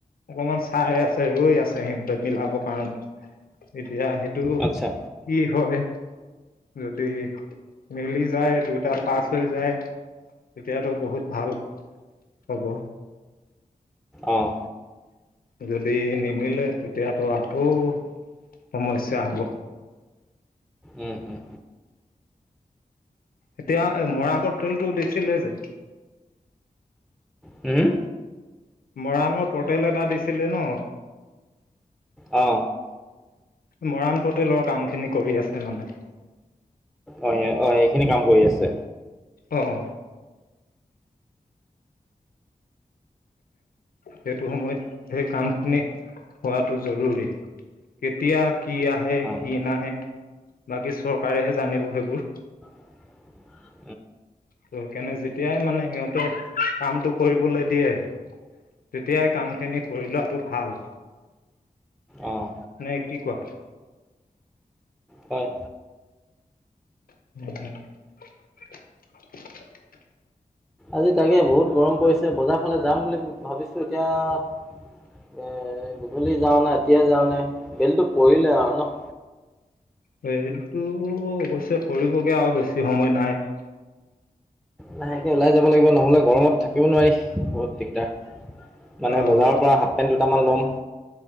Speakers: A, on the left; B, in the centre.
A: অকমান চাই আছে ৰৈ আছে সিহঁতে মিলাবৰ কাৰণে এতিয়া সেই
B: আচ্ছা
A: কি হয় যদি মিলি যায় দুইটা পাছ হৈ যায় তেতিয়াতো বহুত ভাল হ'ব
B: অঁ
A: যদি নিমিলে তেতিয়াতো আকৌ সমস্যা হ'ব
B: উম হুম
A: এতিয়া মৰা আগৰ তেলটো দিখছিলে যে
B: হুম
A: মৰাণৰ পৰ্টেল এটা দিছিলে ন
B: অ
A: মৰাণ পটলৰ কাম খিনি কৰি আছে মানে
B: অ অ সেইখিনি কাম কৰি আছে।
A: অ অ। সেইটো সময়ত সেই কামখিনি হোৱাটো জৰুৰী। কেতিয়া কি আহে
B: অঁ
A: কি নাহে বাকী চৰকাৰেহে জানিব সেইবোৰ।
B: <unintelligible>
A: ত সেইকাৰণে যেতিয়াই মানে সিহঁতে কামটো কৰিবলৈ দিয়ে তেতিয়াই কাম খিনি কৰি লোৱাতটো ভাল।
B: অঁ
A: নে কি কোৱা?
B: হয়
A: উ <inaudible>
B: আজি তাকে বহুত গৰম পৰিছে বজাৰ ফালে যাম বুলি ভাবিছো এতিয়া এ গধূলি যাওঁ ন এতিয়াই যাওঁ নে বেলটো পৰিলে আৰু ন।
A: বেলিটো অৱশ্যে পৰিবগে আও বেছি সময় নাই।
B: লাহেকে ওলাই যাব লাগিব নহলে গৰমত থাকিব নোৱাৰি বহুত দিগদাৰ। মানে
A: অ'
B: বজাৰৰ পৰা হাফ পেণ্ট দুটামান ল'ম।